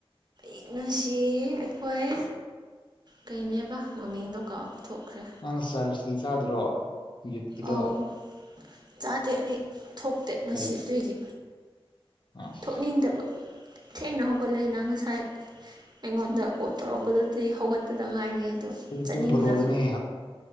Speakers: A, on the right; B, on the left.
A: ꯑꯛꯅꯁꯤ ꯑꯩꯈꯣꯏ ꯀꯅꯦꯕ ꯃꯃꯤꯡꯗꯣ ꯀꯥꯎ ꯎꯊꯣꯛꯈ꯭ꯔꯦ
B: ꯅꯪ ꯁꯥꯔꯁꯤꯗꯤ ꯆꯥꯗ꯭ꯔꯣ ꯌꯨꯠꯀꯤꯗꯣ
A: ꯑꯧ ꯆꯥꯗꯦ ꯑꯩ ꯊꯣꯛꯇꯦ ꯉꯁꯤ
B: ꯀꯩ
A: ꯑꯗꯨꯏꯒꯤ
B: ꯑꯁ
A: ꯊꯣꯛꯅꯤꯡꯗꯕ ꯊꯦꯡꯅ ꯍꯧꯒꯠꯂꯦꯅ ꯉꯁꯥꯏ ꯑꯩꯉꯣꯟꯗ ꯀꯣꯜ ꯇꯧꯔꯛꯄꯗꯨꯗꯤ ꯍꯧꯒꯠꯄꯗ ꯉꯥꯏꯔꯦ ꯑꯗꯨꯗꯣ
B: ꯑꯩꯗꯤ
A: ꯆꯠꯅꯤꯡꯗꯕ
B: ꯄꯨꯡ ꯕꯣꯔꯣꯗꯅꯦ